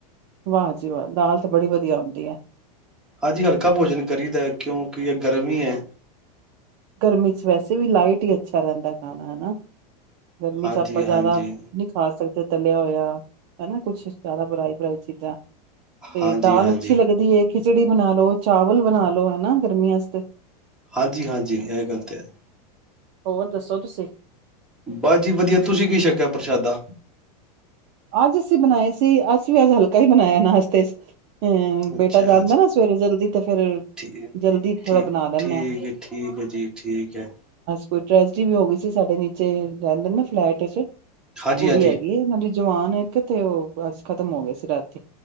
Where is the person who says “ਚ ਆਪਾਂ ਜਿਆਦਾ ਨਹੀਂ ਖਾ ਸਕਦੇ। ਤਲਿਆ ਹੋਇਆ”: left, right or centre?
Right